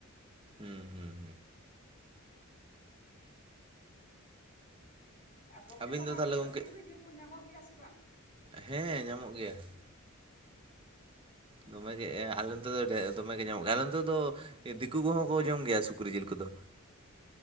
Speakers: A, on the right; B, on the left.
A: ᱦᱩᱸ ᱦᱩᱸ
B: ᱟᱨ ᱜᱚᱝᱠᱮ
A: ᱟᱹᱵᱤᱱ
B: ᱛᱟᱦᱚᱞᱮ
A: ᱫᱚ
B: ᱟᱯᱮᱥᱮᱫ
A: ᱜᱚᱝᱠᱮ
B: ᱥᱩᱠᱨᱤ ᱡᱤᱞ ᱠᱚ ᱧᱟᱢᱚᱜ ᱜᱮᱭᱟ ᱥᱮ ᱵᱟᱝ।
A: ᱦᱮᱸ ᱧᱟᱢᱚᱜ ᱜᱮᱭᱟ।
B: <inaudible>
A: ᱫᱚᱢᱮᱜᱮ ᱟᱞᱮ ᱱᱚᱛᱮ ᱫᱚ ᱫᱚᱢᱮᱜᱮ ᱧᱟᱢᱚᱜ ᱜᱮᱭᱟ ᱟᱞᱮ ᱚᱱᱛᱮ ᱫᱚ ᱫᱤᱠᱩ ᱠᱚᱦᱚᱸ ᱠᱚ ᱡᱚᱢ ᱜᱮᱭᱟ ᱥᱩᱠᱨᱤ ᱡᱤᱞ ᱠᱚᱫᱚ।